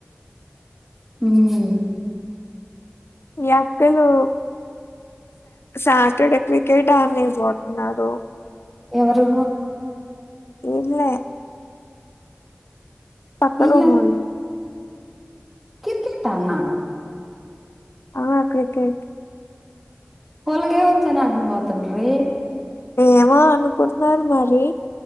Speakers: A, in the centre; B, on the left.
A: మ్
B: ఈ అక్కలు సాటర్డే క్రికెట్ ఆన్నికి పోతున్నారు.
A: ఎవరు
B: ఈద్లె పక్కలో
A: ఈళ్ళ
B: వాళ్ళు
A: కిర్ కెట్ ఆడిన.
B: ఆ క్రికెట్
A: వాళ్లకి ఏమోచ్చని ఆడను పోతున్నారే?
B: ఏమో అనుకుంటున్నారు మరి.